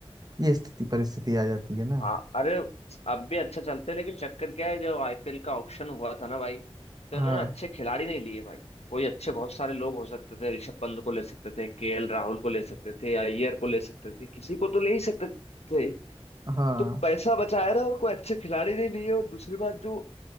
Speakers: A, on the right; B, on the left.
A: ये स्थिति परिस्थिति आ जाती है ना
B: हाँ अरे अब भी अच्छा चलते हैं लेकिन चक्कर क्या है जब आईपीएल का ऑक्शन हुआ था ना भाई तो
A: हाँ
B: उन्होंने अच्छे खिलाड़ी नहीं लिए भाई कोई अच्छे बहुत सारे लोग हो सकते थे ऋषभ पंत को ले सकते थे केएल राहुल को ले सकते थे अय्यर को ले सकते थे किसी को तो ले ही सकते थे
A: हाँ
B: तो पैसा बचाया ना और कोई अच्छे खिलाड़ी नहीं लिए और दूसरी बात जो